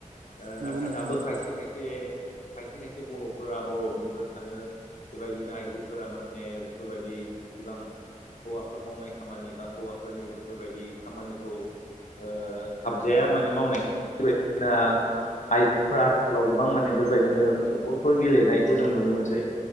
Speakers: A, on the left; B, on the right.
A: ओ
B: औ नंगौ
A: नाथाय
B: नोंथां
A: दाबो
B: नंगौ
A: खायसे खायसे खायसे खायसे बर'फोरा बर' बिफा सानो बेबायदिनो आइजोफोरा माने बेफोरबायदि बिबां हौवाफोर मावनाय खामानि बा हौवाफोरनि बेफोरबायदि खामानिखौ ओ थाबजाया माने मावनायखौ बेबायदिसिना आइजोफोरा आथिखालाव गोबां माने बेबायदिनो फुटबलफोर गेलेनायखौ जों नुनो मोनसै